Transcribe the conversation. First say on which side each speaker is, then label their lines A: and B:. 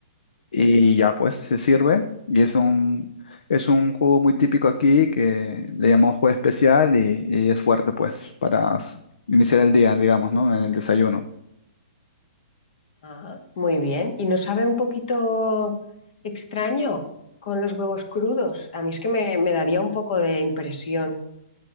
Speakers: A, on the left (about 75°); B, on the left (about 55°).
A: y ya, pues, se sirve y es un, es un jugo muy típico aquí que le llamamos jugo especial y, y es fuerte, pues, para s- iniciar el día, digamos, ¿no? En el desayuno.
B: Ah, muy bien. ¿Y no sabe un poquito extraño con los huevos crudos? A mí es que me me daría un poco de impresión.